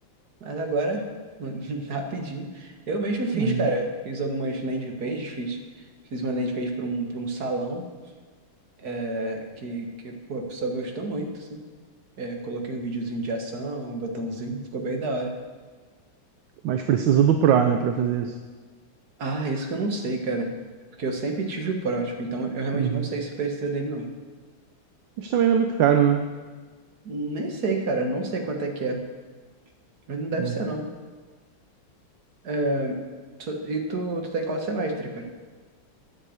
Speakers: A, on the right; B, on the right.
A: mas agora, <laughs> rapidinho, eu mesmo fiz,
B: mas,
A: cara, fiz algumas landing pages, fiz, fiz uma landing page para um, para um salão, é, que, que, pô, a pessoa gostou muito, assim. É, coloquei um videozinho de ação, um botãozinho, ficou bem da hora.
B: mas precisa do Pro, né, pra fazer isso.
A: Ah, isso que eu não sei, cara. Porque eu sempre tive o prótipo, então eu realmente
B: Uhum.
A: não sei se precisa dele, não.
B: Mas também não é muito caro, né?
A: Nem sei, cara. Não sei quanto é que é. Mas não deve
B: Hum.
A: ser, não. É, Tu- E tu, tu tá em qual semestre, cara?